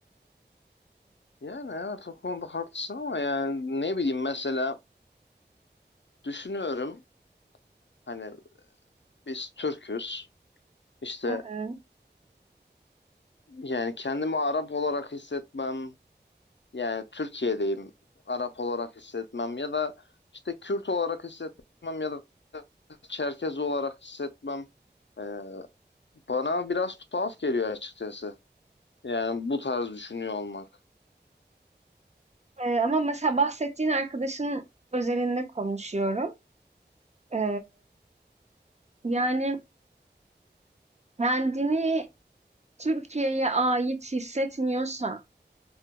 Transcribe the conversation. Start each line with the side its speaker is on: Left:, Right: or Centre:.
Left: Yani evet o konuda haklısın ama yani ne bileyim mesela düşünüyorum. Hani Biz Türk'üz. İşte
Right: Hı hı.
Left: yani kendimi Arap olarak hissetmem, yani Türkiye'deyim Arap olarak hissetmem ya da işte Kürt olarak hissetmem ya da Çerkez olarak hissetmem e, bana biraz tuhaf geliyor açıkçası. Yani bu tarz düşünüyor olmak.
Right: E, ama mesela bahsettiğin arkadaşın özelinde konuşuyorum. E, yani kendini Türkiye'ye ait hissetmiyorsa,